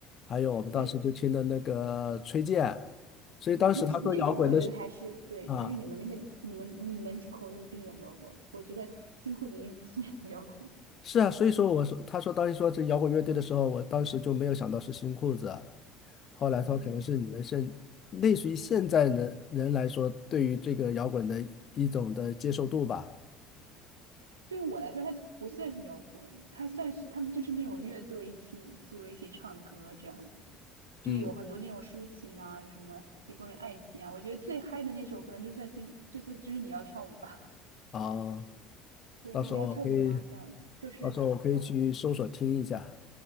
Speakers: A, on the left (about 40°); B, on the right (about 80°).
A: 还有我们当时就听的那个崔健。
B: 对，
A: 所以当时他说摇滚的时
B: 那是那种我觉得还是对，
A: 啊，
B: 才是你们那个你们你们口中定义的摇滚，我觉得新裤子音该不是那种摇滚，
A: 是啊，所以说我说他说当时说这摇滚乐队的时候，我当时就没有想到是新裤子。后来说可能是你们现类似于现在人人来说，
B: <laughs> 嗯
A: 对于这个摇滚的一种的接受度吧。
B: 对我来说，它就不算是摇滚，它算是他们就是那种乐队一起组的一起唱歌这样子，就有很多那种抒情啊，
A: 嗯，
B: 有什么也关于爱情啊。我觉得最嗨的那首可能就算心，就是就是你要跳舞吧，
A: 啊，
B: <laughs> 对，
A: 到时候我可以，
B: 你要跳舞吗？这样子就是嗯，
A: 到时候我可以去搜索听一下，